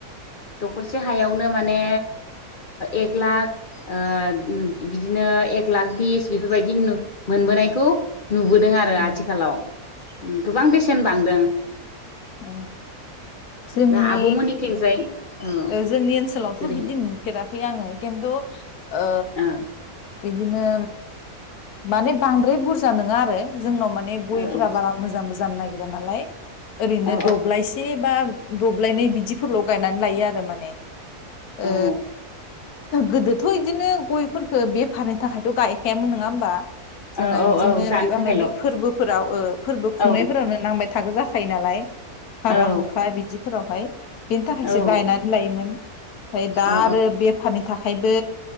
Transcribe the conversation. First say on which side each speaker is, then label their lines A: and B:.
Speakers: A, on the left; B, on the left.
A: दखरसे हायावनो माने एक लाख ओ बिदिनो एक लाख बिस बेफोरबायदि मोनबोनायखौ नुबोदों आरो
B: उम
A: आथिखालाव गोबां बेसेन बांदों
B: अ जोंनि
A: दा आब'मोननिथिंजाय औ
B: ओ जोंनि ओनसोलावथ
A: बोरैहाय
B: बिदि नुफेराखै आङो किनतु ओ
A: औ
B: बिदिनो माने बांद्राय बुरजा नोङा आरो जोंनाव मा ने गयफोरा
A: औ
B: बारा मोजांबो जानो नागि रा नालाय ओरैनो
A: औ
B: दब्लायसे बा दब्लायनै बिदिफोरल गायनानै लायो आरो माने
A: औ
B: ए गोदोथ इदिनो गयफोरफोरखौ बेफारनि थाखायथ गायखायामोन नोङा होनबा जोंना
A: औ औ
B: बिदिनो
A: औ जानो
B: मायबा
A: थाखायल'
B: मायबि
A: औ
B: फोरबोफोर राव औ फोरबो खुंनायफोरावनो
A: औ
B: नांबाय थागो जाखायो नालाय हाबा
A: औ
B: हुखा बिदिफोरावहाय बेनि थाखायसो
A: औ
B: गायनानै लायोमोन ओमफ्राय दा
A: औ
B: आरो बेफारनि थाखा खायबो